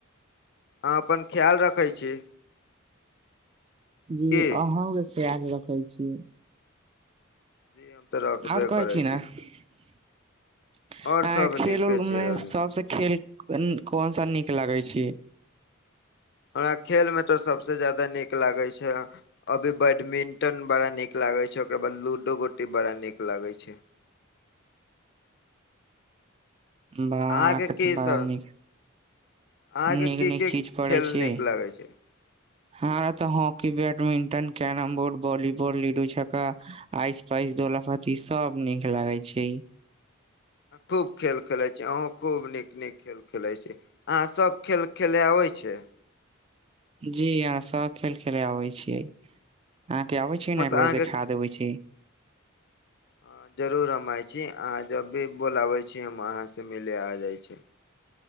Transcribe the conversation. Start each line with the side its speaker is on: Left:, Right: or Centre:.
Left: अहाँ अपन ख्याल रखै छी? की
Right: जी अहूँ ले खयाल रखै छी।
Left: जी हम तऽ रखबे
Right: और कहै
Left: करै
Right: छी ने अहाँके
Left: आओर सब
Right: खेल
Left: नीके
Right: उल मे
Left: छै अभी
Right: सबसे खेल कोन सा नीक लागय छी?
Left: हमरा खेल मे त सबसे ज्यादा नीक लागै छै अभी बैडमिंटन बड़ा नीक लागै छै ओकरा बाद लूडो गोटी बड़ा नीक लागै छै।
Right: वाह अहांके
Left: अहाँ के की
Right: त बड़ा
Left: सब
Right: नीक
Left: अहाँ
Right: नीक
Left: के की
Right: नीक
Left: की
Right: चीज पढ़ै
Left: खेल
Right: छै।
Left: नीक लागे छै जी
Right: हँ त hockey, badminton, carrom board volleyball, ludo छ्का आइस पाइस दोलापत्ती सब नीक लागे छै।
Left: खूब खेल खेलइ छी, अहूँ खूब नीक नीक खेल खेलइ छी। अहाँ सब खेल खेलै आबै छै?
Right: जी अहाँ सब खेल खेलै आबे छै अहाँ के आबइ छै
Left: मतलब
Right: ने एक बेर
Left: अहाँके
Right: देखा देबै छी।
Left: हँ जरूर हम आइ छी अहाँ जब भी बोलाबै छी हम अहाँसँ मिले आ जाइ छी।